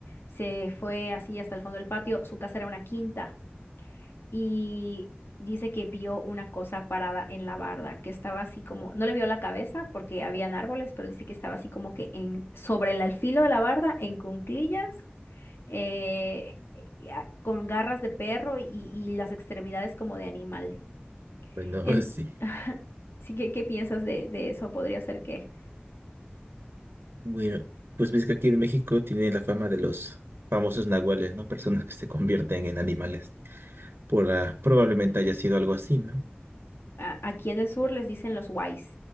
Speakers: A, on the left (about 80°); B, on the right (about 65°).
A: se fue así hasta el fondo del patio, su casa era una quinta y dice que vio una cosa parada en la barda, que estaba así como, no le vio la cabeza porque habían árboles, pero dice que estaba así como que en, sobre el alfilo de la barda, en cunclillas, eh, y a- con garras de perro y, y las extremidades como de animal.
B: Bueno,
A: En,
B: <laughs> sí.
A: <laughs> sí, ¿qué, qué piensas de, de eso? Podría ser que
B: Bueno, pues ves que aquí en México tiene la fama de los famosos nahuales, ¿no? Personas que se convierten en animales. Por la, probablemente haya sido algo así, ¿no?
A: a- aquí en el sur les dicen los wais,